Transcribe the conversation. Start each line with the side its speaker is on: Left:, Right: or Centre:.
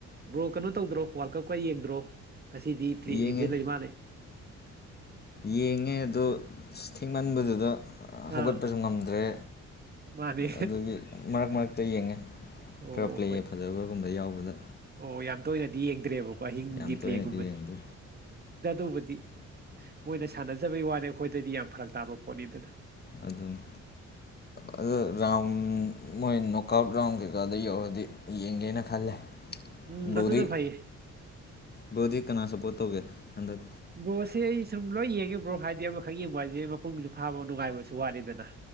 Right: ꯕ꯭ꯔꯣ ꯀꯅꯣ ꯇꯧꯗ꯭ꯔꯣ ꯋꯥꯔꯜ ꯀꯞꯀ ꯌꯦꯡꯗ꯭ꯔꯣ ꯉꯁꯤꯗꯤ ꯄ꯭ꯂꯦꯖꯨ
Left: ꯌꯦꯡꯉꯦ
Right: ꯂꯩ ꯃꯥꯜꯂꯦ
Left: ꯌꯦꯡꯉꯦ ꯑꯗꯣ ꯊꯦꯡꯃꯟꯕꯗꯨꯗ ꯍꯧꯒꯠꯄꯖꯨ
Right: ꯑꯥ
Left: ꯉꯝꯗ꯭ꯔꯦ
Right: ꯃꯥꯅꯦ
Left: ꯑꯗꯒꯤ ꯃꯔꯛ ꯃꯔꯛꯇ ꯌꯦꯡꯉꯦ
Right: ꯑꯣ
Left: ꯈꯔ ꯄ꯭ꯂꯦꯑꯦ
Right: ꯍꯣꯏ
Left: ꯐꯖꯕꯒꯨꯝꯕ ꯌꯥꯎꯕꯗꯥ
Right: ꯑꯣ ꯌꯥꯝ ꯇꯣꯏꯅꯗꯤ ꯌꯦꯡꯗ꯭ꯔꯦꯕ ꯋꯍꯤꯡꯒꯤ
Left: ꯌꯥꯝ ꯇꯣꯏꯅꯗꯤ
Right: ꯄꯂꯦꯒꯨꯝꯕ
Left: ꯌꯦꯡꯗꯦ
Right: ꯆꯥꯗꯨꯕꯨꯗꯤ ꯃꯣꯏꯅ ꯁꯥꯟꯅꯖꯕꯩ ꯋꯥꯅꯤ ꯑꯈꯣꯏꯗꯗꯤ ꯌꯥꯝ ꯐꯔꯛ ꯇꯥꯕ ꯄꯣꯠꯅꯤꯗꯅꯥ
Left: ꯑꯗꯨꯅꯦ ꯑꯗꯨ ꯔꯥꯎꯟ ꯃꯣꯏ ꯅꯣꯛ ꯑꯥꯎꯠ ꯔꯥꯎꯟ ꯀꯩꯀꯥꯗꯣ ꯌꯧꯔꯗꯤ ꯌꯦꯡꯒꯦꯅꯥ ꯈꯜꯂꯦ
Right: ꯎꯝ
Left: ꯕ꯭ꯔꯣꯗꯤ
Right: ꯑꯗꯨꯅ ꯐꯩꯌꯦ
Left: ꯕ꯭ꯔꯣꯗꯤ ꯀꯅꯥ ꯁꯄꯣꯠ ꯇꯧꯒꯦ ꯍꯟꯗꯛ
Right: ꯕ꯭ꯔꯣꯁꯦ ꯑꯩ ꯁꯨꯝ ꯂꯣꯏ ꯌꯦꯡꯉꯦ ꯕ꯭ꯔꯣ ꯍꯥꯏꯗꯤ ꯑꯃꯈꯛ ꯌꯦꯡꯕ ꯍꯥꯏꯖꯦ ꯃꯄꯨꯡꯁꯨ ꯐꯥꯕ ꯅꯨꯡꯉꯥꯏꯕꯁꯨ ꯋꯥꯠꯂꯤꯗꯅꯥ